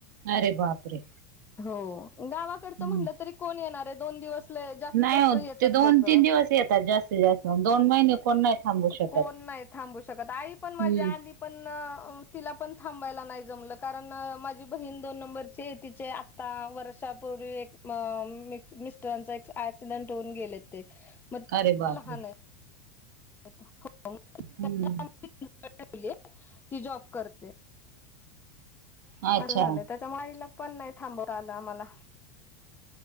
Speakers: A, on the right (about 75°); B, on the left (about 20°).
A: अरे बापरे!
B: हो. गावाकडचं
A: हम्म
B: म्हणलं तरी, कोण येणार आहे? दोन दिवस लय जास्तीत
A: नाही
B: जास्त
A: हो.
B: येतात
A: ते दोन
B: लोक
A: तीन दिवस येतात जास्तीत जास्त. दोन महिने कोण नाही थांबू शकत
B: कोण नाही थांबू शकत. आई पण माझी
A: हम्म
B: आली पण तिला पण थांबायला नाही जमलं. कारण माझी बहीण दोन नंबरची आहे, तिचे आता दहा वर्षापूर्वी, एक मिस्टरांचा एक ऍक्सिडेंट होऊन गेले ते. मग
A: अरे बापरे!
B: लहान आहे <unintelligible>
A: हम्म
B: ती जॉब करते.
A: अच्छा
B: बरं झालंय. त्याच्यामुळे आईला पण नाही थांबवता आलं आम्हाला.